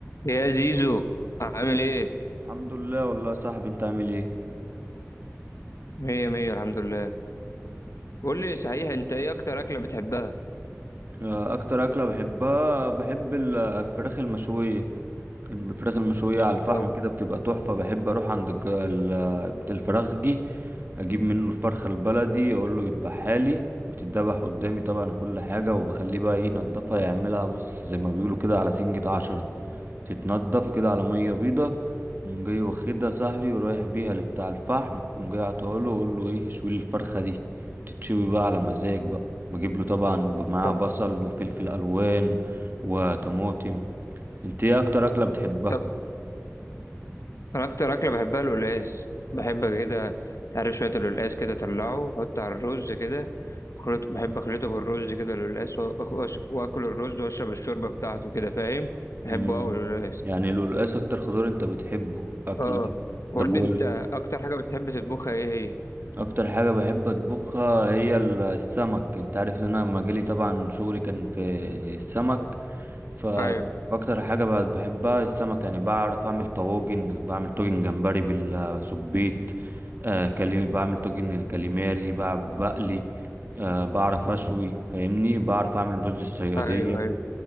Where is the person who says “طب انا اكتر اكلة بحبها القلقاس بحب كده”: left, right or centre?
Left